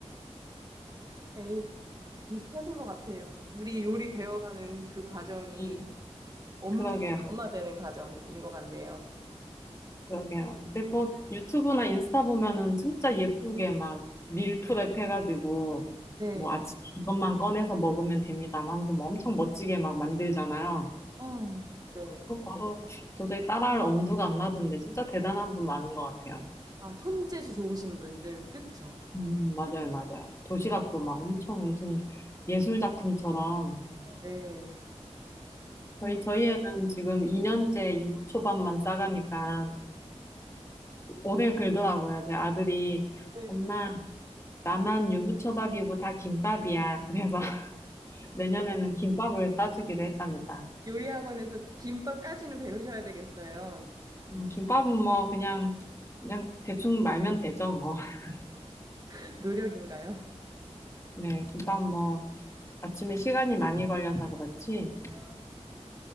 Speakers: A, on the right; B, on the left.
A: 에이, 비슷하신 것 같아요. 우리 요리 배워가는 그 과정이
B: <laughs>
A: 엄,
B: 그러게요,
A: 좋은 엄마 되는 과정인 것 같네요.
B: 그러게요. 근데 뭐 유튜브나 인스타 보면은 진짜 예쁘게 막 밀프렙 해가지고
A: 네.
B: 뭐 아침에 이것만 꺼내서 먹으면 됩니다. 하면서 뭐 엄청 멋지게 막 만들잖아요.
A: 어, 네.
B: 그거 봐도 도저히 따라할 엄두가 안 나던데 진짜 대단한 분 많은 것 같아요.
A: 아, 손재주 좋으신 분들, 그쵸?
B: 음, 맞아요, 맞아요. 도시락도 막 엄청 무슨 예술 작품처럼
A: 어, 네.
B: 저희
A: 근데
B: 저희 애는 지금 2년째 유부초밥만 싸가니까 오늘 그러더라고요. 제 아들이
A: 네.
B: 엄마 나만 유부초밥이고 다 김밥이야. 그래서 <laughs> 내년에는 김밥을 싸주기로 했답니다.
A: 요리 학원에서 김밥까지는 배우셔야 되겠어요.
B: 음, 김밥은 뭐 그냥 그냥 대충 말면 되죠 뭐. <laughs>
A: <laughs> 노력인가요?
B: 네, 김밥 뭐 아침에 시간이 많이 걸려서 그렇지.
A: 아,